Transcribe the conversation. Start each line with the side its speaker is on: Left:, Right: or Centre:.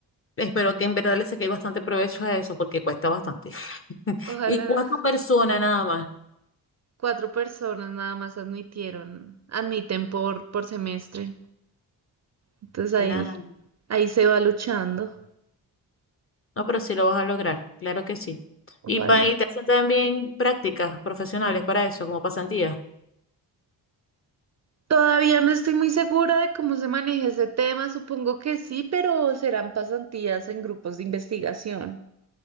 Left: espero que en verdad le saqué bastante provecho a eso porque cuesta bastante. <laughs>
Right: Ojalá
Left: Y cuatro personas nada más.
Right: cuatro personas nada más admitieron, admiten por, por semestre. Entonces ahí,
Left: Claro.
Right: ahí se va luchando.
Left: No, pero sí lo vas a lograr, claro que sí.
Right: Ojalá.
Left: Y, pa, y te hacen también prácticas profesionales para eso, como pasantías.
Right: Todavía no estoy muy segura de cómo se maneja ese tema, supongo que sí, pero serán pasantías en grupos de investigación.